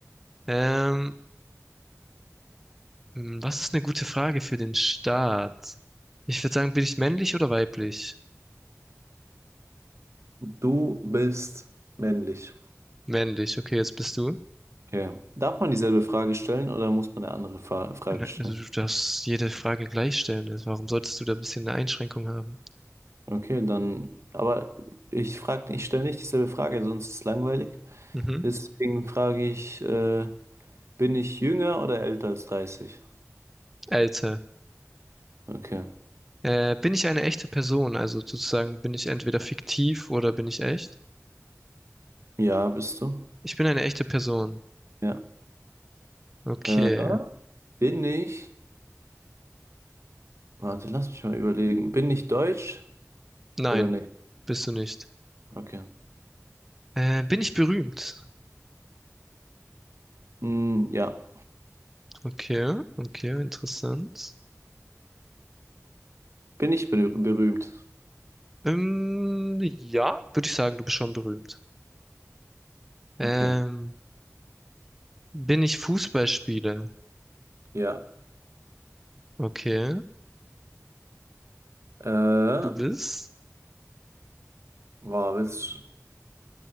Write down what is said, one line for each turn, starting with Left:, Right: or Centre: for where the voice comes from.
Centre: Ähm, Hm, Was ist eine gute Frage für den Start? Ich würde sagen, bin ich männlich oder weiblich?
Right: Du bist männlich.
Centre: Männlich, okay, jetzt bist du.
Right: Okay. Darf man dieselbe Frage stellen oder muss man eine andere Fa Frage
Centre: Na,
Right: stellen?
Centre: Also du darfst jede Frage gleich stellen. Also Warum solltest du da ein bisschen eine Einschränkung haben?
Right: Okay, dann. Aber ich frag, ich stelle nicht dieselbe Frage, sonst ist es langweilig.
Centre: Mhm.
Right: Deswegen frage ich, äh, bin ich jünger oder älter als 30?
Centre: Alter.
Right: Okay.
Centre: Äh, bin ich eine echte Person? Also sozusagen bin ich entweder fiktiv oder bin ich echt?
Right: Ja, bist du?
Centre: Ich bin eine echte Person.
Right: Ja.
Centre: Okay.
Right: Äh, bin ich. Warte, lass mich mal überlegen. Bin ich deutsch
Centre: Nein,
Right: oder nicht?
Centre: bist du nicht.
Right: Okay.
Centre: Äh, bin ich berühmt?
Right: Hm, ja.
Centre: Okay, okay, interessant.
Right: Bin ich berü berühmt?
Centre: Ähm, ja, würde ich sagen, du bist schon berühmt. Ähm,
Right: Okay.
Centre: Bin ich Fußballspieler?
Right: Ja.
Centre: Okay.
Right: Äh,
Centre: Du bist?
Right: boah, willst,